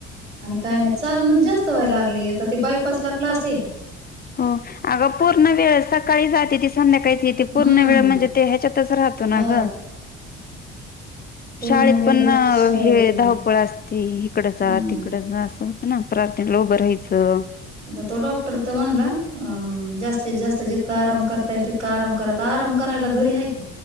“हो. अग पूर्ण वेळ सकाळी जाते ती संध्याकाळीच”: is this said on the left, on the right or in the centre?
Left